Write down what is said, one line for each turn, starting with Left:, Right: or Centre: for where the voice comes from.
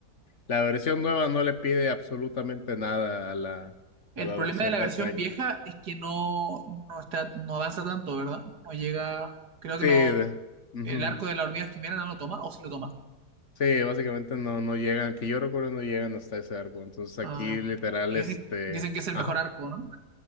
Left: la versión nueva no le pide absolutamente nada a la,
Right: El
Left: a la
Right: problema
Left: versión
Right: de la
Left: de
Right: versión
Left: antaño.
Right: vieja
Left: ¿no?
Right: es que no, no está, no avanza tanto, ¿verdad? No llega. Creo
Left: Sí,
Right: que no.
Left: de- ujú.
Right: El arco de la hormiga quimera no lo toma, o sí lo toma.
Left: Sí, básicamente no, no llegan, que yo recuerdo no llegan hasta ese arco. Entonces aquí
Right: Ah,
Left: literal,
Right: y dicen,
Left: este...
Right: dicen que es el
Left: Ajá.
Right: mejor arco, ¿no?